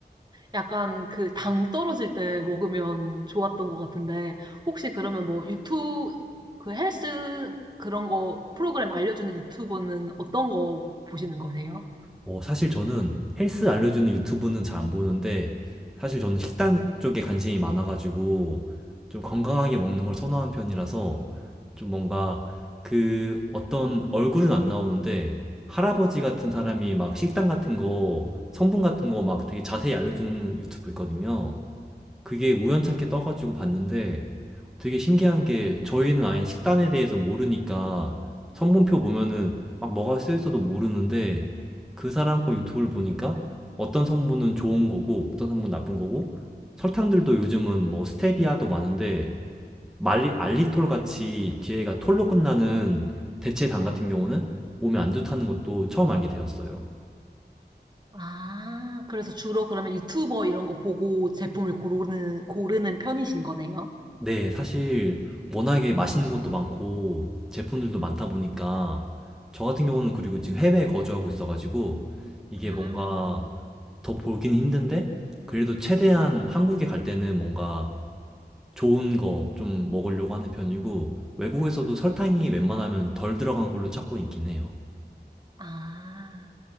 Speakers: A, on the right (about 25°); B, in the centre.
A: 약간 그 당 떨어질 때 먹으면 좋았던 것 같은데, 혹시 그러면 뭐 유튜브, 그 헬스 그런 거 프로그램 알려주는 유튜버는 어떤 거 보시는 거세요?
B: 어, 사실 저는 헬스 알려주는 유튜브는 잘 안 보는데, 사실 저는 식단 쪽에 관심이 많아가지고, 좀 건강하게 먹는 걸 선호하는 편이라서, 좀 뭔가 그 어떤 얼굴은 안 나오는데, 할아버지 같은 사람이 막 식단 같은 거, 성분 같은 거 막 되게 자세히 알려주는 유튜브 있거든요. 그게 우연찮게 떠가지고 봤는데 되게 신기한 게 저희는 아예 식단에 대해서 모르니까 성분표 보면은 막 뭐가 쓰여 있어도 모르는데 그 사람 거 유튜브를 보니까 어떤 성분은 좋은 거고 어떤 성분은 나쁜 거고 설탕들도 요즘은 뭐 스테비아도 많은데 말리, 알리톨 같이 뒤에가 톨로 끝나는 대체당 같은 경우는 몸에 안 좋다는 것도 처음 알게 되었어요.
A: 아, 그래서 주로 그러면 유튜버 이런 거 보고 제품을 고르는, 고르는 편이신 거네요?
B: 네, 사실 워낙에 맛있는 것도 많고 제품들도 많다 보니까 저 같은 경우는 그리고 지금 해외에 거주하고 있어가지고 이게
A: 아,
B: 뭔가 더 보기는 힘든데 그래도 최대한 한국에 갈 때는 뭔가 좋은 거 좀 먹으려고 하는 편이고 외국에서도 설탕이 웬만하면 덜 들어간 걸로 찾고 있긴 해요.
A: 아.